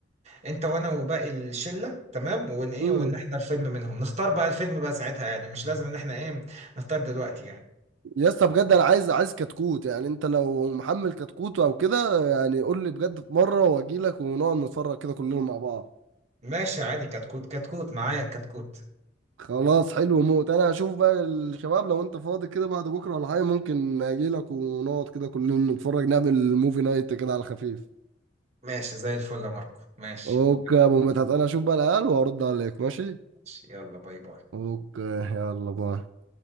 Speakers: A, on the right; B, on the right.
A: انت وانا وباقي الشله تمام ون ايه
B: امم
A: ونحضر فيلم منهم نختار بقى الفيلم بقى ساعتها يعني مش لازم ان احنا ايه نختار دلوقتي يعني
B: يا اسطى بجد انا عايز عايز كتكوت يعني انت لو محمل كتكوت او كده يعني قول لي بجد في مره واجي لك ونقعد نتفرج كده كلنا مع بعض
A: ماشي عادي كتكوت كتكوت معايا الكتكوت
B: خلاص حلو موت انا هشوف بقى الشباب لو انت فاضي كده بعد بكره ولا حاجه ممكن اجي لك ونقعد كده كلنا نتفرج نعمل موفي نايت كده على خفيف
A: ماشي زي الفل يا ماركو ماشي
B: اوكي يا ابو مدحت انا هشوف بقى العيال وهرد عليك ماشي
A: ماشي، يلا باي باي
B: اوكي يلا باي